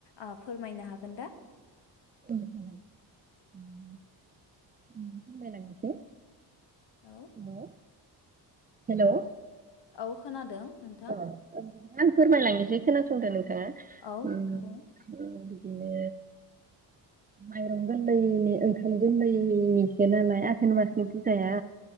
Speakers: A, on the left; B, on the right.
A: ओ फोरमायनो हागोन दा
B: औ हागोन ‌ओ फोरमायलांनायसाइ
A: औ
B: हेलौ हेलौ
A: औ खोनादों। नोंथां
B: औ बिदिबा आं फोरमायलांनोसै। खोनासंदो नों थाङा
A: औ
B: उम
A: बुं
B: बिदिनो माइरं गोरलैनि ओंखाम गोरलैनिसो नालाय आघोन मासनि फुजाया।